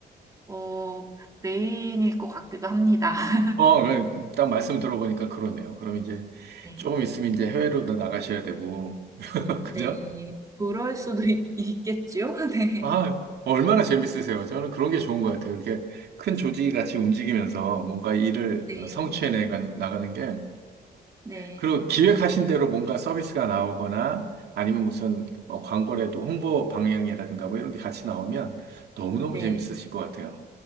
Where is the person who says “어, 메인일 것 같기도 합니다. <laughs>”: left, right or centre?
Right